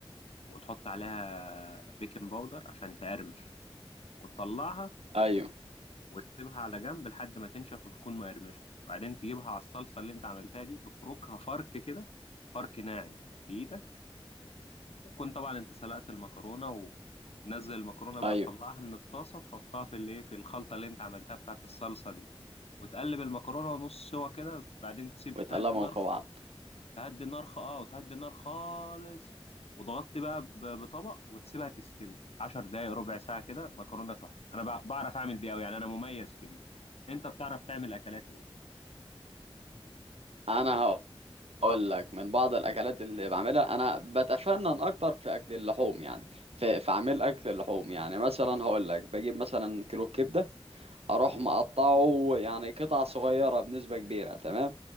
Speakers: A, on the left; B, on the right.
A: وتحط عليها بيكنج باودر عشان تقرمش وتطلعها
B: ايوه
A: وتسيبها على جنب لحد ما تنشف وتكون مقرمشة وبعدين تجيبها على الصلصة اللي انت عملتها دي تفركها فرك كده فرك ناعم بإيدك وتكون طبعا انت سلقت المكرونة وتنزل المكرونة بقى
B: ايوه
A: تطلعها من الطاسة تحطها في الايه في الخلطة اللي انت عملتها بتاعت الصلصة دي وتقلب المكرونة نص سوا كده بعدين تسيب
B: وتقلبهم
A: تهدي النار
B: في بعض
A: تهدي النار خ... اه وتهدي النار خالص وتغطي بقى ب... بطبق وتسيبها تستوي 10 دقايق ربع ساعة كده مكرونة تحفة انا بع... بعرف اعمل دي قوي يعني انا مميز في دي انت بتعرف تعمل اكلات ايه
B: انا هقول لك من بعض الاكلات اللي بعملها انا بتفنن اكتر في اكل اللحوم يعني في في عمل اكل اللحوم يعني مثلا هقول لك بجيب مثلا كيلو كبدة اروح مقطعه يعني قطع صغيره بنسبه كبيره تمام